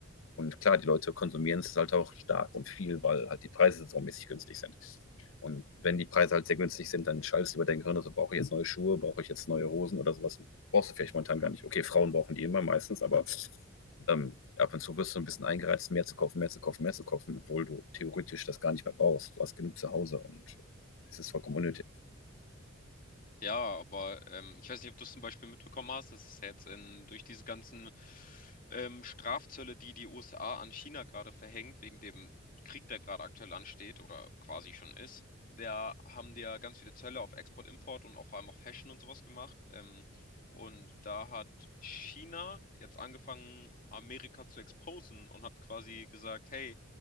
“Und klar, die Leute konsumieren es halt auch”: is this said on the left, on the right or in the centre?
Left